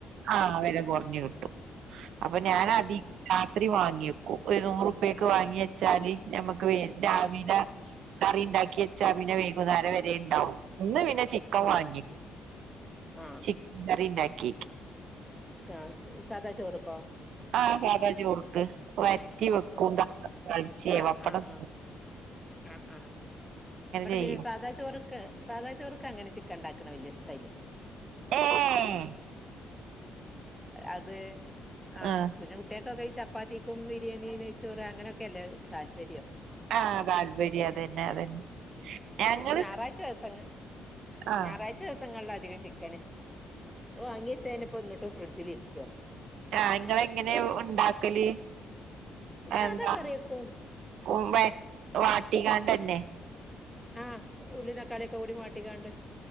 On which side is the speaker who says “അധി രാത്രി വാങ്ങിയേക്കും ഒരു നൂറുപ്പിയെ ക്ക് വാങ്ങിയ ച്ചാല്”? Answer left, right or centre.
Right